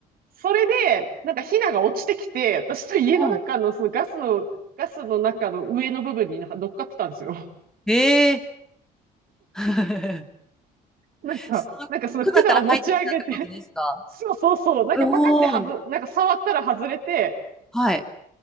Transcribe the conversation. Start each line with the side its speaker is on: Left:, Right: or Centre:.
Right: それで、なんかヒナが落ちてきて、私と家の中のそのガスの、
Centre: あ。うん。
Right: ガスの中の上の部分になんか乗っかってたんですよ。<laughs>
Centre: ええ <laughs>
Right: なんか、
Centre: その管から入ってきたってことですか
Right: なんかその管を持ち上げて、そうそうそう、なんかパカってはず、
Centre: おー
Right: なんか触ったら外れて、
Centre: はい。